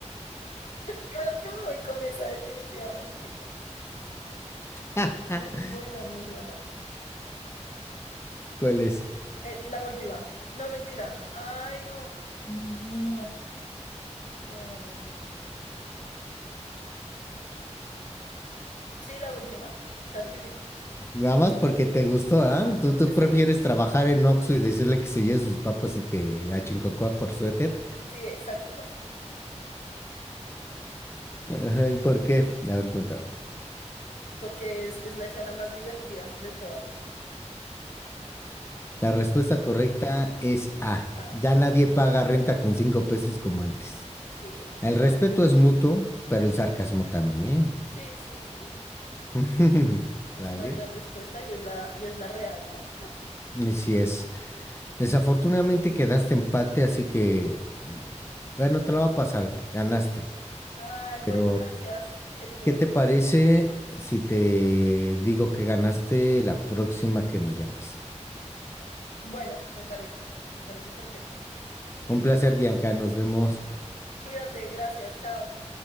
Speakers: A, on the left; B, on the left.
A: <laughs> Creo que me voy con esa definitivamente.
B: <laughs>
A: Muy buena, muy buena.
B: ¿Cuál es?
A: Eh, la última. No, mentira. Ay, no.
B: Mm.
A: ¿Cuál? Em, sí, la última. Claro que sí.
B: Nada más porque te gustó, ¿ah? ¿Tú, tú
A: Pues
B: prefieres
A: Sí,
B: trabajar en Oxxo y decirle que se lleve sus papas y que a Chincocoa por suéter?
A: sí, exacto. <laughs>
B: Ay, ¿por qué? A ver, cuéntame.
A: Porque es, es la escena más divertida de todas.
B: La respuesta correcta es
A: Es-
B: A.
A: ah,
B: Ya nadie paga renta con cinco pesos como antes.
A: sí, esa sería.
B: El respeto
A: la-
B: es mutuo, pero el sarcasmo también.
A: Sí, sí, sí.
B: <laughs>
A: Es
B: ¿Vale?
A: una gran respuesta y es la, y es la real, ¿no?
B: Así es. Desafortunadamente quedaste empate, así que, bueno, te lo va a pasar. Ganaste.
A: Ay,
B: Pero,
A: bueno, gracias, qué querido.
B: ¿qué te parece si te digo que ganaste la próxima que me llames?
A: Bueno, me parece, me parece perfecto.
B: Un placer, Bianca. Nos vemos.
A: Cuídate, gracias, chao.